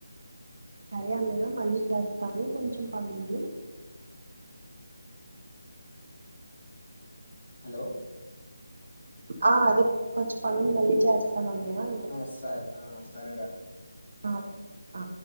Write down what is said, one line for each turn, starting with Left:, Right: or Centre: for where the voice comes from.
Right: సరే అన్నయ్య మళ్ళీ చేస్తాను కొంచెం పని ఉంది
Left: హలో
Right: ఆ అదే కొంచెం పని ఉంది మళ్ళీ చేస్తాను అన్నయ్య అన్న
Left: ఆ సర్ సరేరా
Right: ఆ అ